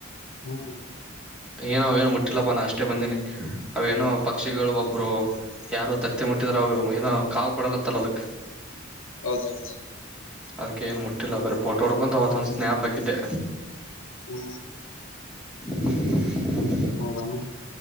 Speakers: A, on the left; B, in the centre.
A: ಹ್ಮ್
B: ಏನ ಏನೋ ಮುಟ್ಟಿಲ್ಲ ನಾ ಅಷ್ಟೇ ಬಂದೀನಿ ಅವೇನೋ ಪಕ್ಕ ಪಕ್ಷಿಗಳು ಒಬ್ರು ಯಾರೋ ತತ್ತಿ ಮುಟ್ಟಿದ್ರ ಏನೋ ಕಾವೂ ಕೊಡಲತ್ತಲ್ಲ ಅದಕ್
A: ಹೌದೌದು
B: ಅದಕ್ಕೆೇಏನು ಮುಟ್ಟಿಲ್ಲ ಬರೀ ಫೋಟೋ ಹೊಡ್ಕೊಂಡು ಅವತ್ತ ಒಂದು ಸ್ನ್ಯಾಪ್ ಹಾಕಿದ್ದೆ
A: ಹ್ಮ
B: ಹೂ ಹೂ
A: ಹೌದಾನ